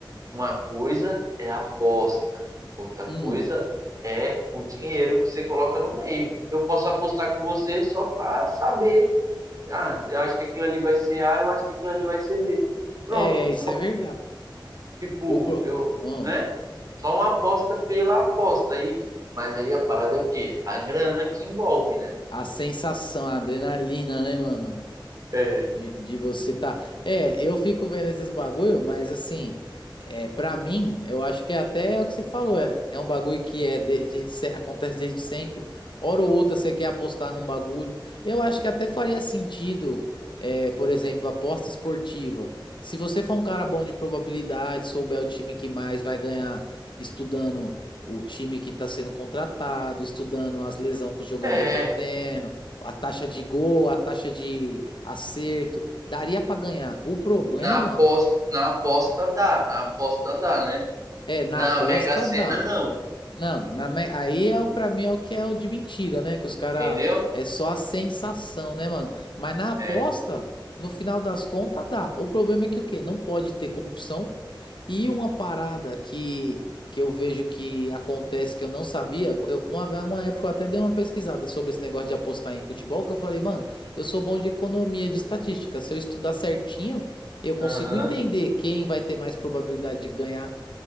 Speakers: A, on the right; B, on the left.
A: Uma coisa é a aposta, outra
B: hum,
A: coisa é o dinheiro que você coloca no meio. Eu posso apostar com você só para saber. Ah, eu acho que aquilo ali vai ser A, eu acho que aquilo ali vai ser B. Pronto,
B: é,
A: é só
B: isso é verdade.
A: tipo,
B: O, pro-
A: eu,
B: hum,
A: né? Só uma aposta pela aposta aí. Mas aí a parada é o quê? A grana que envolve, né?
B: a sensação, a adrenalina, né, mano?
A: É.
B: De, de você tá. É, eu fico vendo esses bagulho, mas assim, é, para mim, eu acho que é até o que você falou, é, é um bagulho que é de, de- se- acontece desde sempre. Hora ou outra você quer apostar num bagulho. Eu acho que até faria sentido, é, por exemplo, aposta esportiva. Se você for um cara bom de probabilidade, souber o time que mais vai ganhar, estudando o time que está sendo contratado, estudando as lesões que o jogador
A: É,
B: tá tendo a taxa de gol, a taxa de acerto, daria para ganhar. O problema
A: na aposta, na aposta dá, na aposta dá, né?
B: é na
A: Na
B: aposta
A: Mega Sena
B: dá.
A: não,
B: Não, na me- aí é o para mim é o que é o de mentira, né? Que os cara
A: entendeu?
B: é só a sensação, né, mano? Mas na aposta,
A: É.
B: no final das contas dá. O problema é que o quê? Não pode ter corrupção. E uma parada que que eu vejo que acontece que eu não sabia, eu, uma, ve- uma época eu até dei uma pesquisada sobre esse negócio de apostar em futebol, que eu falei, mano, eu sou bom de economia, de estatística, se eu estudar certinho, eu consigo
A: Aham.
B: entender quem vai ter mais probabilidade de ganhar